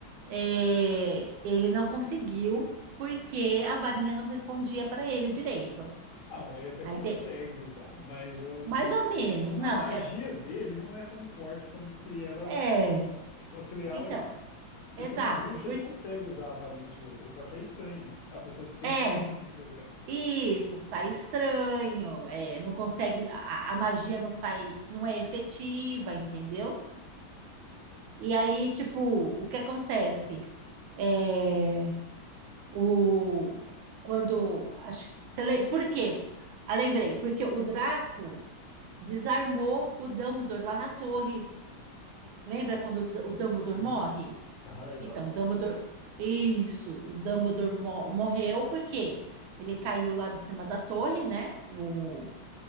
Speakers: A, on the right; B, on the left.
A: é, ele não conseguiu porque a varinha não respondia para ele direito.
B: Não, ele até
A: Aí
B: consegue
A: te-
B: usar, mas ela não,
A: mais ou
B: ele
A: menos,
B: não-
A: não,
B: a magia
A: é,
B: dele não é tão forte como se ela
A: é,
B: fosse leal
A: então,
B: a ele.
A: exato,
B: Porque um bruxo
A: por,
B: ele consegue usar a varinha de outro, só que é estranho. A pessoa se sente
A: é,
B: esquisita, Deus era.
A: isso, sai estranho, é, não consegue, a, a a magia não sai, não é efetiva, entendeu? E aí, tipo, o que acontece? É, o, quando, acho, que- você le- por quê? Ah, lembrei, porque o Draco, desarmou o Dumbledore lá na torre. Lembra quando o D- Dumbledore
B: Sim,
A: morre?
B: aham, exato.
A: Então, Dumbledore. Isso, o Dumbledore mo- morreu porque ele caiu lá de cima da torre, né? O,